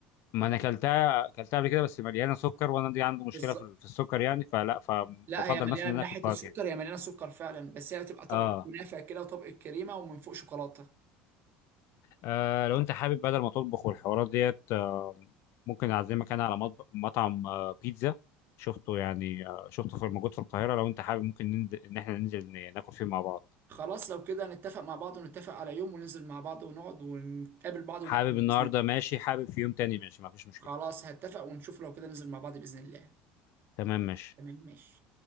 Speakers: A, on the left; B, on the right.
A: ما
B: وطبق
A: انا اكلتها اكلتها قبل كده بس مليانه سكر وانا دي عندي مشكله
B: بالظبط
A: في في السكر يعني فلا فبفضل
B: لا هي مليانه
A: مثلا ان
B: من
A: أنا
B: ناحيه
A: اكل فواكه
B: السكر هي مليانه سكر فعلا بس هي بتبقى طبق
A: اه
B: الكنافه كده وطبق الكريمه ومن فوق شوكولاته
A: آه، لو انت حابب بدل ما تطبخ والحوارات ديت آه، ممكن اعزمك انا على مطب- مطعم آه، بيتزا شفته يعني آه، شفته في موجود في القاهره لو انت حابب ممكن ننزل ان احنا ننزل ن- ناكل فيه مع بعض
B: خلاص لو كده نتفق مع بعض ونتفق على يوم وننزل مع بعض ونقعد ونتقابل بعض وناكل
A: حابب
B: باذن
A: النهارده
B: الله
A: ماشي حابب في يوم تاني ماشي ما فيش مشكله
B: خلاص هتفق ونشوف لو كده ننزل مع بعض باذن الله
A: تمام ماشي
B: تمام ماشي